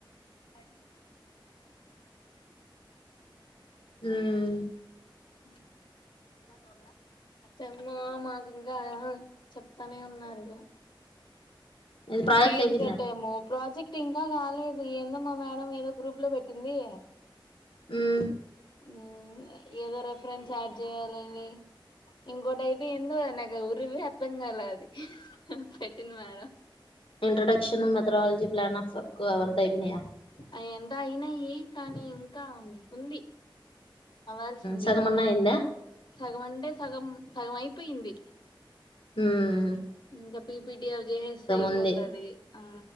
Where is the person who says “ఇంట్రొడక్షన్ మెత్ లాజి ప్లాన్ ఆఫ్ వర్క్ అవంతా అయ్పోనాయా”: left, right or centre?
Left